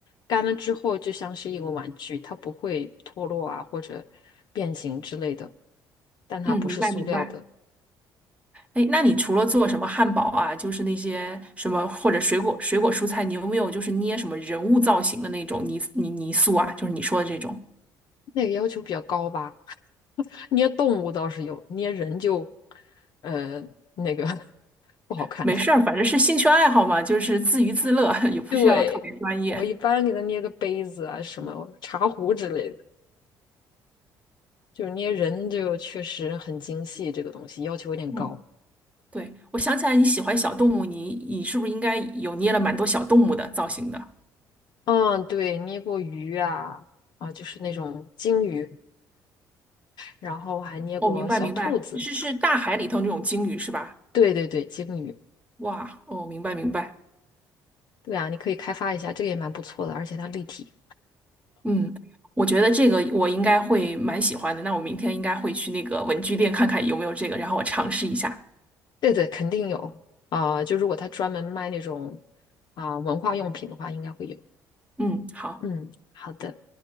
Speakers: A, on the left; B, on the right.
A: 干了之后就像是一个玩具，它不会脱落啊或者变形之类的，但它不是塑料的，
B: 嗯，明白明白。哎，那你除了做什么汉堡啊，就是那些什么或者水果、水果蔬菜，你有没有就是捏什么人物造型的那种泥泥泥塑啊？就是你说的这种。
A: 那个要求比较高吧。捏动物倒是有，捏人就呃那个 <laughs> 不好看。
B: 没事儿，反正是兴趣爱好嘛，就是自娱自乐，<laughs> 也不需要特别专业。
A: 对，我一般给它捏个杯子啊什么茶壶之类的。就是捏人就确实很精细，这个东西要求有点高。
B: 嗯，对，我想起来你喜欢小动物，你你是不是应该有捏了蛮多小动物的造型的？
A: 嗯，对，捏过鱼啊，啊，就是那种鲸鱼，然后还捏过小兔子。
B: 哦，明白明白，是是大海里头那种鲸鱼是吧？
A: 对对对，鲸鱼，
B: 哇，哦，明白明白。
A: 对啊，你可以开发一下，这个也蛮不错的，而且它立体。
B: 嗯，我觉得这个我应该会蛮喜欢的。那我明天应该会去那个文具店看看有没有这个，然后我尝试一下。
A: 对对，肯定有啊，就如果他专门卖那种啊文化用品的话，应该会有。
B: 嗯，好，
A: 嗯，好的，